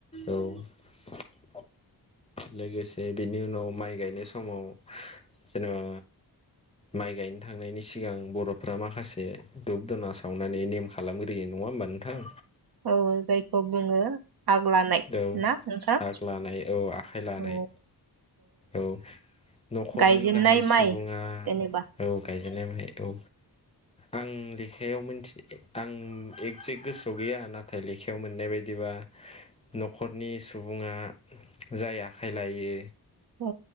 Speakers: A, on the left; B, on the right.
A: औ लोगोसे बिनि उनाव माइ गायनाय समाव जेनेबा माइ गायनो थांनायनि सिगां बर'फ्रा माखासे जे दुुब दुना सावना सावनानै नेम खालामग्रोयो नङा होमबा नोंथां
B: औ जायखौ बुङो आग लानाय
A: औ
B: ना नोंथां
A: आग लानाय औ आखाइ लानाय
B: औ
A: औ न'खरनि
B: गायजेननाय
A: गाहाय सुबुङा
B: माइ जेनेबा
A: औ गायजेननाय माइ औ आं लेखायाव मोनथि आं एगजेक्ट गोसोआव गैया नाथाय लेखायाव मोननाय बायदिबा न'खरनि सुबुङा जाय आखाइ लायो
B: औ